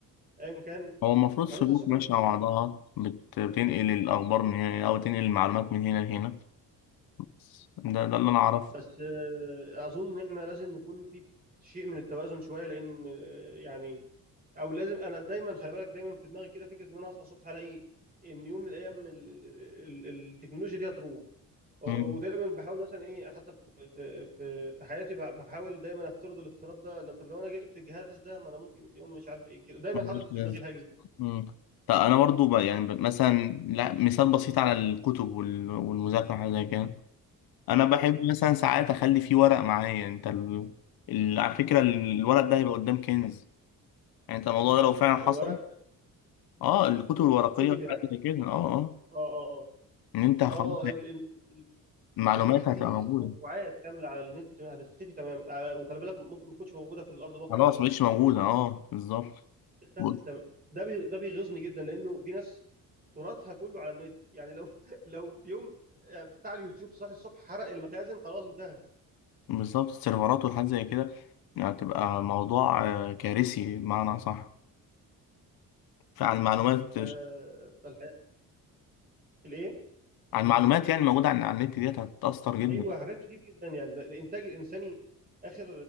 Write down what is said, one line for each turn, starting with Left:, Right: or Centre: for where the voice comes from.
Right: ايا كان
Left: هو المفروض سلوك
Right: هتصحى الصبح
Left: ماشية
Right: مش هتلاقيه
Left: مع بعضها بت... بتنقل الأخبار من هنا أو تنقل المعلومات من هنا لهنا بس ده ده اللي أنا أعرفه
Right: بس آه، اظن ان احنا لازم نكون في شيء من التوازن شويه لان آه، يعني او لازم انا دايما خلي بالك دايما في دماغي كده فكره ان انا اصحى الصبح الاقي ان يوم من الايام ال- ال- ال- التكنولوجيا دي هتروح و- ودايما
Left: مم.
Right: بحاول مثلا ايه حتى في في في في حياتي بح- بحاول دايما افترض الافتراض ده لو طب لو انا جبت الجهاز ده ما انا ممكن في يوم مش عارف ايه كده دايما
Left: ملوش
Right: حاطط في
Left: لازمة.
Right: دماغي الهاجس ده
Left: مم. طب أنا برضو بقى يعني ب- مثلا لا مثال بسيط على الكتب وال... والمذاكرة حاجة زي كده أنا بحب
Right: مم.
Left: مثلا ساعات أخلي فيه ورق معايا أنت ال... ال... على فكرة ال- الورق ده هيبقى قدام كنز يعني أنت الموضوع ده لو فعلا
Right: الورق
Left: حصل أه الكتب الورقية
Right: كتب
Left: حاجة
Right: يعني
Left: زي كده أه أه
Right: اه اه
Left: ان انت خلاص
Right: اه اه
Left: معلومات
Right: ده في في
Left: هتبقى موجودة
Right: موسوعات كامله على النت هتختفي تماما آه، وخلي بالك ممكن ما تكونش موجوده في الارض الواقع
Left: خلاص
Right: كمان
Left: مش موجودة اه بالظبط
Right: اختفت
Left: بص-
Right: تماما ده بي ده بيغيظني جدا لانه في ناس تراثها كله على النت يعني لو <laughs> لو في يوم آه، بتاع اليوتيوب صاحي الصبح حرق المخازن خلاص انتهى
Left: بالظبط السيرفرات والحاجات زي كده هتبقى موضوع آه، كارثي بمعنى صح فعن المعلومات
Right: آه،
Left: عن
Right: الحياه الايه
Left: المعلومات يعني الموجودة عن على النت ديت هتتأثر جدا
Right: ايوه حاجات كتير جدا يعني ده, ده انتاج الانساني اخر